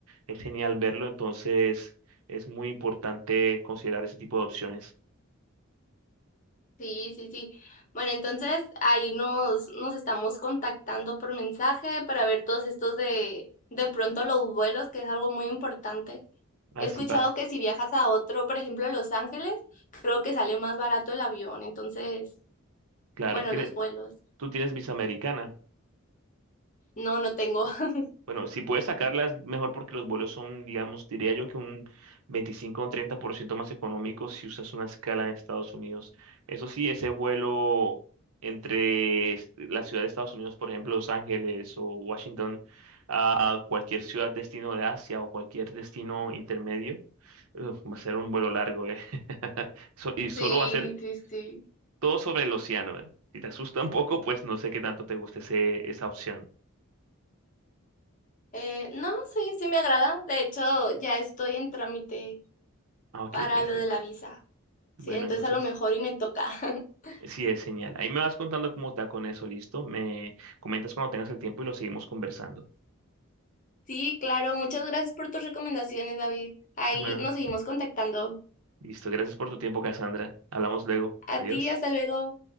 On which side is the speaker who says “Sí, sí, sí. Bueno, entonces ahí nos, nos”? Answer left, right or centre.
Left